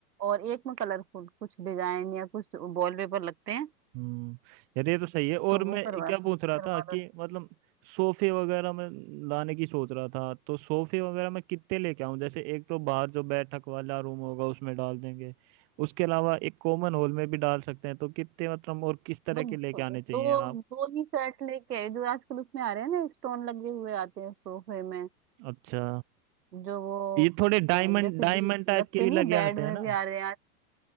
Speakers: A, on the right (about 80°); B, on the right (about 25°).
A: और एक में कलरफुल कुछ डिजाइन या कुछ वॉलपेपर लगते हैं
B: हम्म यार ये तो सही है और
A: तो
B: मैं
A: वो करवा
B: क्या
A: सक
B: पूछ रहा
A: करवा
B: था कि
A: लो
B: मतलब सोफे वगैरह मैं लाने की सोच रहा था तो सोफे वगैरह मैं कितने लेके आऊं जैसे एक तो बाहर जो बैठक वाला रूम होगा उसमें डाल देंगे उसके अलावा एक कॉमन हॉल में भी डाल सकते हैं तो कितने मतलब और किस तरह
A: बट
B: के लेके आने चाहिए
A: दो
B: आप
A: दो ही सेट लेके आए, जो आजकल उसमें आ रहे हैं ना स्टोन लगे हुए आते हैं सोफे में
B: अच्छा
A: जो वो
B: ये थोड़े
A: अ,
B: डायमंड
A: जैसे
B: डायमंड
A: भी
B: टाइप
A: लगते
B: के भी
A: नहीं
B: लगे
A: है बेड
B: आते
A: में
B: हैं ना
A: भी आ रहे हैं